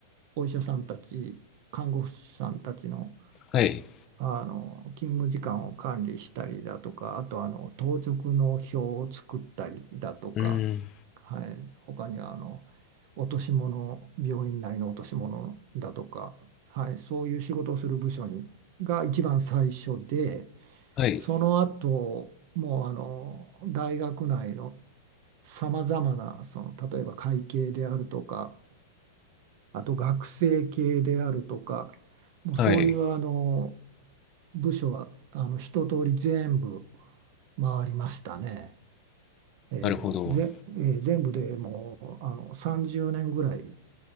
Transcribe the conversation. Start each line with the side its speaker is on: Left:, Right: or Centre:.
Right: お医者さんたち、看護師さんたちの
Left: はい。
Right: あの勤務時間を管理したりだとか、あとあの当直の表を作ったりだとか、
Left: うん。
Right: はい、他にはあの落とし物、病院内の落とし物だとか、はい、そういう仕事をする部署にが一番最初で、
Left: はい。
Right: その後もうあの大学内のさまざまなその例えば会計であるとか、あと学生系であるとか、もうそういうあの
Left: はい。
Right: 部署はあの一通り全部回りましたね。えーぜ、
Left: なるほど。
Right: えー全部でもうあの30年ぐらい